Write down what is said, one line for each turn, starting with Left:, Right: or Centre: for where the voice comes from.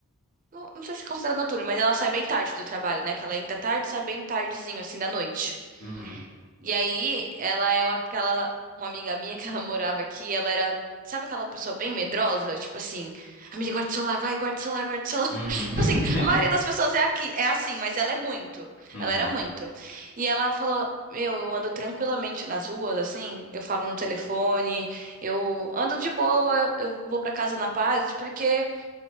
Right: Não, não sei se é considerado noturno, mas ela sai bem tarde do trabalho, né? Que ela entra tarde, e sai bem tardezinho, assim, da noite.
Left: Uhum.
Right: E aí, ela é uma- aquela. Uma amiga minha que <laughs> ela morava aqui, ela era. Sabe aquela pessoa bem medrosa? Tipo assim, amiga, guarda o celular, vai, guarda o celular, guarda o celular.
Left: Uhum.
Right: <laughs> Tipo
Left: <laughs>
Right: assim, a maioria das pessoas é aqui, é assim, mas ela é muito.
Left: Uhum.
Right: Ela era muito. E ela falou: Meu, eu ando tranquilamente nas ruas, assim, eu falo no telefone, eu ando de boa, eu vou pra casa na paz, porque.